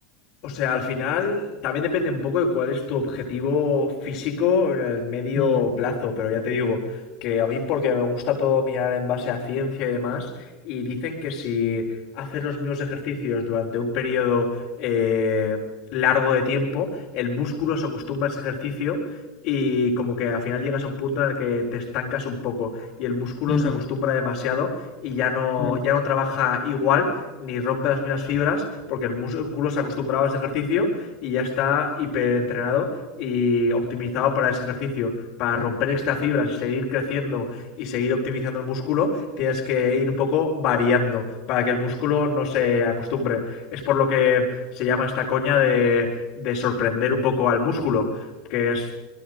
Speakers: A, on the left; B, on the left.
A: O sea, al final también depende un poco de cuál es tu objetivo físico en el medio
B: Mm,
A: plazo, pero ya te digo que a mí porque me gusta todo mirar en base a ciencia y demás, y dicen que si haces los mismos ejercicios durante un periodo eh, largo de tiempo, el músculo se acostumbra a ese ejercicio y como que al final llegas a un punto en el que te estancas un poco y el músculo
B: mm,
A: se acostumbra demasiado y ya no,
B: mm,
A: ya no trabaja igual ni rompe las mismas fibras porque el músculo se ha acostumbrado a ese ejercicio y ya está hiperentrenado y optimizado para ese ejercicio. Para romper estas fibras y seguir creciendo y seguir optimizando el músculo, tienes que ir un poco variando para que el músculo no se acostumbre. Es por lo que se llama esta coña de, de sorprender un poco al músculo, que es